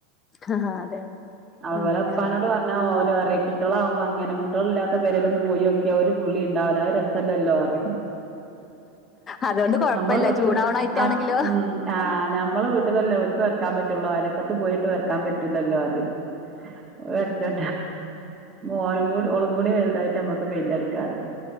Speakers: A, on the left; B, on the right.
A: ആ അതെ, അതെ.
B: അ
A: ഉം
B: ഇവലെ ഇപ്പാനോട്
A: ഞങ്ങ
B: പർഞ്ഞ ഓലറിം കുട്ടിയളാവു മ്പം അങ്ങനെ കുട്ടിയൾല്ലാത്തെ പേരലോന്ന് പോയൊക്കിയ ഒരു പുള്ളി ഇണ്ടാവുല അത് രസല്ലല്ലോറിം
A: അതുകൊണ്ട് കൊഴപ്പല്ല
B: നമ്മളെ വീട്ടില്
A: ചൂടാവണ അയിറ്റം
B: ആഹ്
A: ആണെങ്കിലോ
B: ഉം ആഹ് ഞമ്മള് വീട്ടിലല്ലേ ഓല്ക് വറക്കാൻ പറ്റുള്ളോ അയലക്കത്ത് പോയിട്ട് വറക്കാൻ പറ്റൂലല്ലോ പറയും <unintelligible> അ
A: ആ, ആ.
B: ഓനും കൂടി ഓളും കൂടി വലുതായിട്ട്മ്മക്ക് പെയിന്റ് എടുക്കാറ്